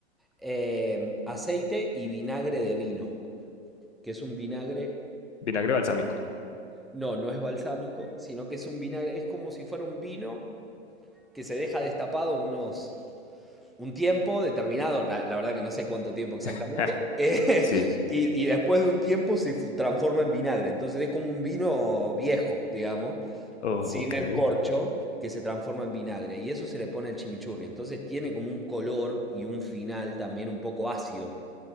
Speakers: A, in the centre; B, on the left.
A: eh, aceite y vinagre de vino, que es un vinagre,
B: vinagre balsámico.
A: no, no es balsámico, sino que es un vinagre, es como si fuera un vino que se deja destapado unos, un tiempo determinado, la, la verdad que no sé cuánto tiempo exactamente,
B: <laughs>
A: eh, <laughs>
B: Sí.
A: y, y después de un tiempo se fu- transforma en vinagre, entonces es como un vino viejo, digamos,
B: Oh,
A: sin
B: ok.
A: el corcho que se transforma en vinagre y eso se le pone al chimichurri. Entonces tiene como un color y un final también un poco ácido,